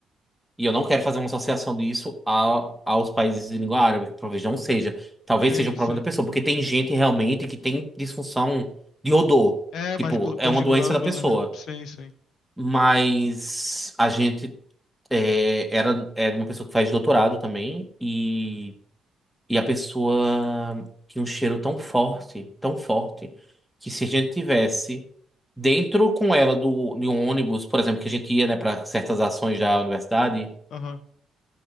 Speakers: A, in the centre; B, on the left.
A: E eu não quero fazer uma associação disso a, aos países de língua árabe, que talvez não seja. Talvez
B: Sim,
A: seja um problema
B: sim.
A: da pessoa, porque tem gente realmente que tem disfunção de odor.
B: É,
A: Tipo,
B: mais glâ- coisa
A: é uma
B: de
A: doença
B: glândula,
A: da pessoa.
B: né? Sim, sim.
A: Mas a gente é, era, era uma pessoa que faz doutorado também, e, e a pessoa tinha um cheiro tão forte, tão forte, que se a gente tivesse dentro com ela do, de um ônibus, por exemplo, que a gente ia, né, para certas ações da universidade.
B: Aham.